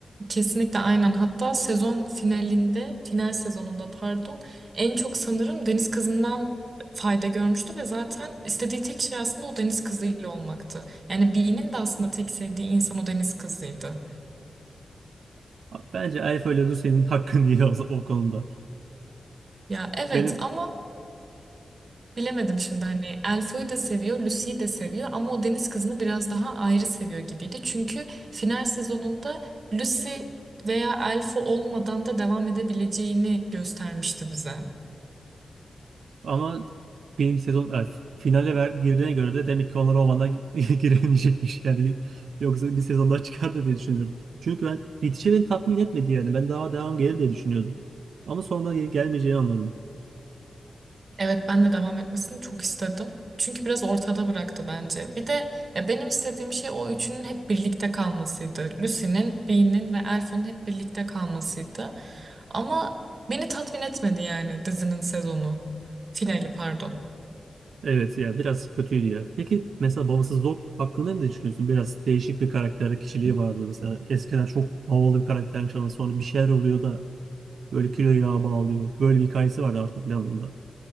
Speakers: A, on the right (about 45°); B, on the right (about 85°).
A: Kesinlikle aynen. Hatta sezon finalinde, final sezonunda pardon, en çok sanırım deniz kızından fayda görmüştü ve zaten istediği tek şey aslında o deniz kızıyla olmaktı. Yani Bee'nin de aslında tek sevdiği insan o deniz kızıydı.
B: Bence Elf ile Lucy'nin hakkını diye <laughs> o, o konuda.
A: Ya evet
B: Benim
A: ama bilemedim şimdi hani Elfo'yu da seviyor, Lucy'yi de seviyor ama o deniz kızını biraz daha ayrı seviyor gibiydi. Çünkü final sezonunda Lucy veya Elfo olmadan da devam edebileceğini göstermişti bize.
B: Ama film sezon yani finale ver, girdiğine göre de demek ki onlar o <laughs> giremeyecekmiş yani. Yoksa bir sezon daha çıkardı diye düşünüyorum. Çünkü ben bitişi beni tatmin etmedi yani. Ben daha devam gelir diye düşünüyordum. Ama sonra gel- gelmeyeceğini anladım.
A: Evet ben de devam etmesini çok istedim. Çünkü biraz ortada bıraktı bence. Bir de ya benim istediğim şey o üçünün hep birlikte kalmasıydı. Lucy'nin, Bean'in ve Elf'in hep birlikte kalmasıydı. Ama beni tatmin etmedi yani dizinin sezonu. Finali pardon.
B: Evet ya biraz kötüydü ya. Peki mesela babasız Dog hakkında ne düşünüyorsun? Biraz değişik bir karakter kişiliği vardı mesela. Eskiden çok havalı bir karaktermiş ama sonra bir şeyler oluyor da böyle kilo yağa bağlıyor. Böyle bir hikayesi vardı artık planında.